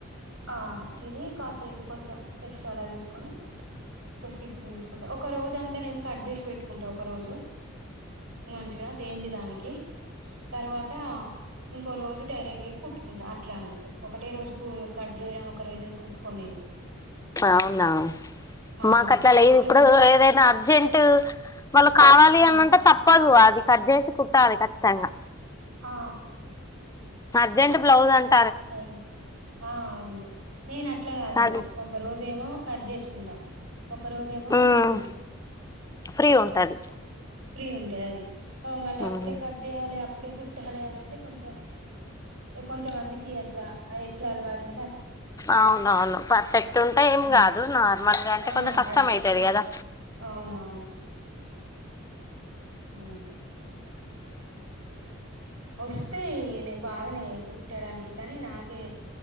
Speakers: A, on the right; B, on the left.
A: ఆ తిని కాసేపు కొంచెం ఎక్స్ట్రాలా తీసుకుని ఇంకా స్టిచ్చింగ్ తీసుకు ఒక రోజు అంతా నేను కట్ చేసి పెట్ కుంటా ఒక రోజు మంచిగా దేంది దానికి తర్వాత ఇంకో రోజు డైరెక్ట్ కుట్టుకుంటా అట్లా అన్నట్టు ఒకటే రోజు కట్ చేయడం ఒక రైజ కుట్టుకోని నేను
B: అవునా
A: ఆ
B: మాకు అట్లా లేదు
A: ఒక
B: ఇప్పుడు
A: రోజు
B: ఏదైనా అం జంట్ వాళ్ళు కావాలి
A: ఆ
B: అని అంటే తప్పదు అది కట్ జేసి కుట్టాలి కచ్చితంగా
A: ఆ
B: అర్జెంట్ బ్లౌస్ అంటే
A: థ్యాంక్ యూ ఆహ్ అవును నేను అట్లా కాదు
B: అది
A: ఒక రోజేమో కట్ జేసుకుంటా ఒక రోజేమో
B: మ్మ్
A: కుట్టుకుంటా
B: ఫ్రీ ఉంటది
A: ఫ్రీ ఉంటది అది మళ్ళీ అప్పుడే
B: మ్మ్
A: కర్ట్ చేయాలి ఇప్పుడే కుట్టాలి అనింటే కొంచెం కొంతమంది ఎట్లా అ ఇలా అలవాటుంటంది
B: అవునవును పర్ఫెక్ట్ ఉంటే ఏం
A: ఆ
B: కాదు నార్మల్గా అంటే
A: ఆ
B: కొంచెం కష్టమ
A: పర్ఫెక్ట్
B: అవుతుంది
A: ఉంటే
B: కదా
A: అవునవును ఆ వస్తాయి నే బాగానే కుట్టడానికి కానీ నాకే